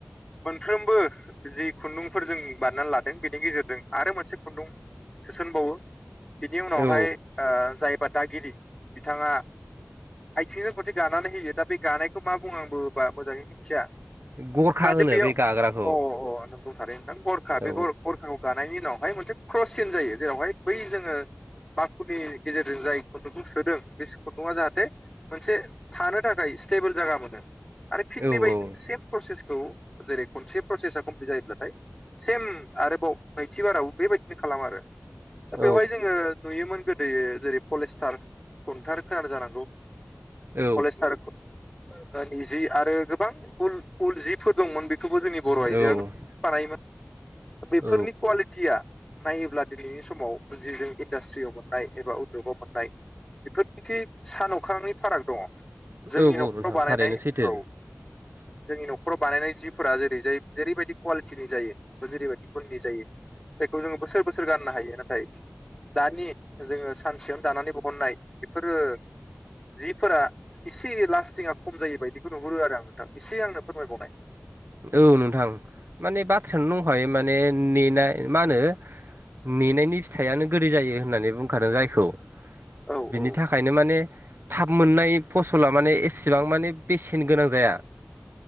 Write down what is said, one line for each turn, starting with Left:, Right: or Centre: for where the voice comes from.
Left: मोनफ्रोमबो जि खुन्दुंफोर जों बानायनानै लादों बेनि गेजेरजों आरो मोनसे खुन्दुं सोसनबावो बिनि उनावहाय
Right: औ
Left: ओ जाय बा दागिरि बिथाङा आइथिंजों खनसे गानानै होयो। दा बे गानायखौ मा बुङो आंबो बा मोजाङै मिनथिया।
Right: गरखा
Left: जाहाथे
Right: होनो
Left: बेयाव
Right: बे गाग्राखौ
Left: अ अ नंगौ। थारैनो नोंथां। गरखा
Right: औ
Left: बे गर-गरखाखौ गानायनि उनावहाय मोनसे क्रस सिन जायो। जेरावहाय बै जोङो माखुनि गेजेरजों जाय खुन्दुंखौ सोदों बे खुन्दुङा जाहाथे मोनसे थानो थाखाय स्टेबोल जागा मोनो आरो फिन
Right: औ
Left: बेबायदिनो
Right: औ
Left: सेम प्रसेसखौ जेरै खनसे प्रसेसा कमप्लिट जायोब्लाथाय सेम आरोबाव नैथिबाराव बेबायदिनो खालामो आरो
Right: औ
Left: दा बेवहाय जोङो नुयोमोन गोदोयो जेरै पलेस्टार खन्थार खोनादो जानांगौ।
Right: औ
Left: पलेस्टार ओ नि जि आरो गोबां उल उल जिफोर दंमोन। बे खौबो जोंनि बर'
Right: औ
Left: आइजोआ बानायोमोन बेफोरनि
Right: औ
Left: कुवालि थिया नायोब्ला दिनैनि समाव जि जों इन्डास्ट्रियाव मोननाय एबा उद्दगाव मोननाय बेफोरनोखि सान अख्रांनि फाराग दङ'।
Right: औ
Left: जोंनि न'खराव
Right: नोंथां
Left: बानायनाय
Right: थारैनो
Left: औ।
Right: <inaudible>
Left: जोंनि न'खराव बानायनाय जिफोरा जेरै जाय जेरैबायदि कुवालिटिनि जायो बा जेरैबायदि गुननि जायो। जायखौ जोङो बोसोर बोसोर गाननो हायो। नाथाय दानि जोङो सानसेयावनो दानानै बहननाय बेफोरो जिफोरा इसे लास्टिङा खम जायो बायदिखौ नुहुरो आरो आं नोंथां एसे आंनो फोरमायबावनाय।
Right: औ नोंथां माने बाथ्रायानो दंखायो माने नेनाय मा होनो नेनायनि फिथाइयानो गोदै जायो होननानै बुंखादों जायखौ
Left: औ
Right: बिनि
Left: औ
Right: था खायनो माने थाब मोननाय फसला माने एसेबां माने बेसेन गोनां जाया।